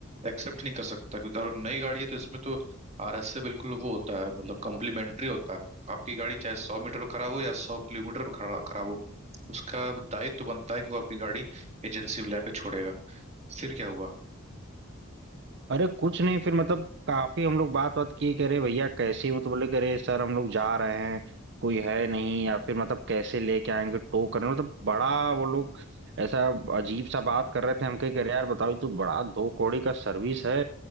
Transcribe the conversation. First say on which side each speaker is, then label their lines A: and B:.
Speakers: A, on the right; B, on the right.
A: एक्सेप्ट नहीं कर सकता क्योंकि अगर नई गाड़ी है तो इसमें तो आरएस से बिल्कुल वो होता है मतलब कॉम्प्लीमेंट्री होता है आपकी गाड़ी चाहे सौ मीटर पर खराब हो या सौ किलोमीटर पर खड़ा खराब हो उसका दायित्व तो बनता है कि वो आपकी गाड़ी एजेंसी में लाके छोड़ेगा फिर क्या हुआ
B: अरे कुछ नहीं फिर मतलब काफी हम लोग बात बात किए कह रहे भैया कैसे हो तो बोले कह रहे सर हम लोग जा रहे हैं कोई है नहीं या फिर मतलब कैसे लेके आएंगे टो करने मतलब बड़ा वो लोग ऐसा अजीब सा बात कर रहे थे हम कह कह रहे यार बताओ ये तो बड़ा दो कौड़ी का सर्विस है